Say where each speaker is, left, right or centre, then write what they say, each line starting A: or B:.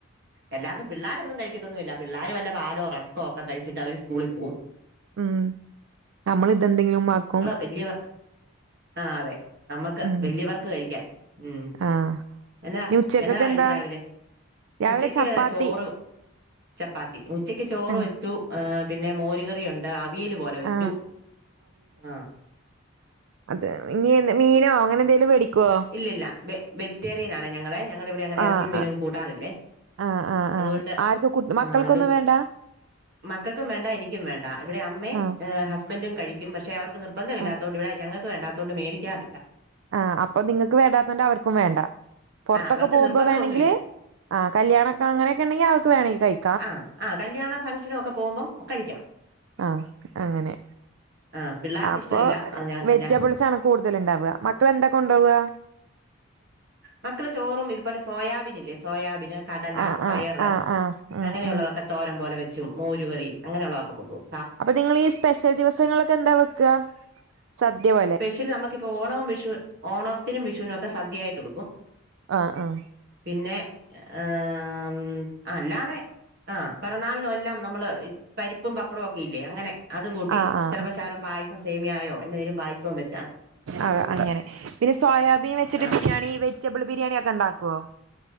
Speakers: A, on the right; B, on the right.
A: എല്ലാതും പിള്ളാരൊന്നും കഴിക്കത്തൊന്നുമില്ല പിള്ളോര് വല്ല പാലോ റസ്കോ ഒക്കെ കഴിച്ചിട്ട് അവര് സ്കൂളിൽ പോവും.
B: ഉം നമ്മളിതെന്തെങ്കിലും ആക്കും.
A: വല്ല്യവർ ആഹ് അതെ നമ്മക്ക്
B: ഉം
A: വല്ല്യവർക്ക് കഴിക്ക്യാൻ ഉം.
B: ആ
A: എന്നതാ
B: ഇനി ഉച്ചക്കൊക്കെ
A: എന്നതാ കഴിച്ച്
B: എന്താ
A: രാവിലെ
B: രാവിലെ
A: ഉച്ചക്ക്
B: ചപ്പാത്തി
A: ചോറ്. ചപ്പാത്തി ഉച്ചക്ക് ചോറ്
B: ആ
A: വെച്ചു ഏഹ് പിന്നെ മോര് കറിയുണ്ട് ആ വീല് പോലെ വെച്ചു
B: ആ
A: ആഹ്.
B: അതെ ഇനിയെന്ത് മീനോ അങ്ങനെന്തെലും വേടിക്ക്വോ.
A: ല്ലില്ല വെ വെജിറ്റേറിയൻ ആണ് ഞങ്ങളെ ഞങ്ങളിവി വിടെ അങ്ങനെ
B: ആ
A: എറച്ചിം മീനും
B: ആ
A: കൂട്ടാറില്ലേ
B: ആ ആ
A: അതുകൊണ്ട്
B: ആ ആർക്കും കു മക്കൾക്കൊന്നും
A: അഹ് തു.
B: വേണ്ട
A: മക്കക്കും വേണ്ട എനിക്ക്യും വേണ്ട ഇവിടെ അമ്മേം
B: ആ
A: ഏഹ് ഹസ് ബന്റും കഴിക്ക്യും പക്ഷെ അവർക്ക് നിർബന്ധമില്ലാത്തൊണ്ട്
B: ആ
A: ഇവിടെ ഞ്ഞങ്ങക്ക് വേണ്ടാത്തോണ്ട് മേടിക്ക്യാറില്ല.
B: ആഹ് അപ്പൊ നിങ്ങക്ക് വേണ്ടാത്തണ്ട് അവർക്കും വേണ്ട. പൊർത്തൊക്കെ
A: ആഹ് അവർക്ക്
B: പോക്പോ
A: നിർബന്ധം
B: വേണെങ്കില്
A: ഒന്നുമില്ല
B: ആഹ് കല്യാണക്ക അങ്ങനൊക്കെണ്ടെങ്കി അവക്ക് വേണെങ്കി കഴി
A: ആഹ് ആഹ് കല്യാണം ഫംഗ്ഷനും ഒക്കെ പോകുമ്പം കഴിക്ക്യാം.
B: ആഹ് അങ്ങനെ
A: ആ പിള്ളേർക്ക്
B: അപ്പൊ
A: ഇഷ്ടമില്ല ആ, ഞ
B: വെജിറ്റബിൾസാണ്.
A: ഞ
B: കൂട്തല്ണ്ടാവ്യ മക്കളെന്ത കൊണ്ടോവ്വ.
A: മക്കള് ചോറും ഇതുപോലെ സോയാബിൻ ഇല്ലേ സോയാബിന്. കടല
B: ആ
A: പയറ്
B: ആ ആ ആ ഉം
A: അങ്ങനെയുള്ളതൊക്കെ
B: ഉം
A: തോരം പോലെ വെച്ചും മോരുകറി അങ്ങനെയുള്ളതൊക്കെ കൊണ്ടുപോം.
B: അപ്പ നിങ്ങളീ സ്പെഷ്യൽ ദിവസങ്ങൾലൊക്കെ എന്താ വെക്കാ സദ്യ പോലെ.
A: ച്ചില് നമ്മക്കിപ്പോ ഓണവും വിഷു ഓണത്തിനും വിഷുനൊക്കെ സദ്യയ്ട്ട് വെക്കും.
B: ആഹ് ആഹ്.
A: പിന്നെ ആം. അല്ലാതെ ആ പെറന്നാൾനു എല്ലാം നമ്മള്. പരിപ്പും പപ്പടവും ഒക്കെ ഇല്ലേ അങ്ങനെ അത് കൂട്ടി
B: ആ ആ
A: ചെലപ്പോ ശകലം പായസം സേമിയായോ എന്തെങ്കലും പായസവും വെ
B: അത അങ്ങനെ പിന്നെ സോയാബീൻ വെച്ചിട്ട്
A: ആ
B: ബിരിയാണി വെജിറ്റബിൾ ബിരിയാണി ഒക്കെണ്ടാക്ക്വോ.